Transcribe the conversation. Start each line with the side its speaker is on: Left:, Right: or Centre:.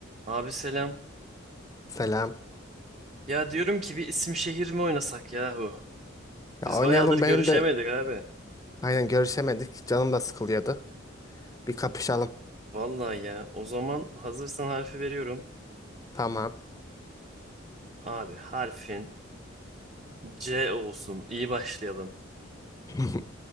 Right: Abi selam.
Left: Selam.
Right: Ya diyorum ki bir isim şehir mi oynasak yahu?
Left: Ya
Right: Biz
Left: oynayalım
Right: bayağıdır görüşemedik
Left: benim de
Right: abi.
Left: aynen görüşemedik. Canım da sıkılıyordu. Bir kapışalım.
Right: Vallahi ya. O zaman hazırsan harfi veriyorum.
Left: Tamam.
Right: Abi harfin C olsun. İyi başlayalım.
Left: <laughs>